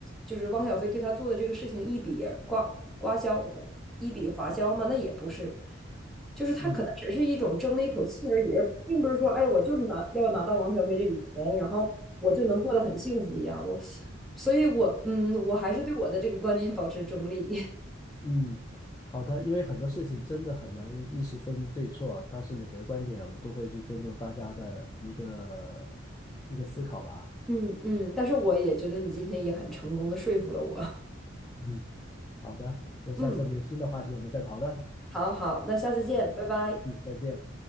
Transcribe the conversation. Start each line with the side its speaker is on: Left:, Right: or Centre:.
Centre: 就是汪小菲对她做的这个事情一笔儿刮刮销，一笔划销吗？那也不是，就是她可能只是一种争了一口气而已，
Left: 嗯。
Centre: 而并不是说，哎，我就是拿要拿到汪小菲这笔钱，然后我就能过得很幸福一样。我。所以我嗯，我还是对我的这个观点保持中立。<laughs>
Left: 嗯，好的，因为很多事情真的很难一时分对错，但是每个人观点我们都会去尊重大家的一个一个思考吧。
Centre: 嗯嗯，但是我也觉得你今天也很成功的说服了我。
Left: 嗯好的，
Centre: <laughs>
Left: 那下次我们有新的话题，
Centre: 嗯，
Left: 我们再讨论。
Centre: 好好，那下次见，
Left: 嗯
Centre: 拜拜。
Left: 嗯，再见。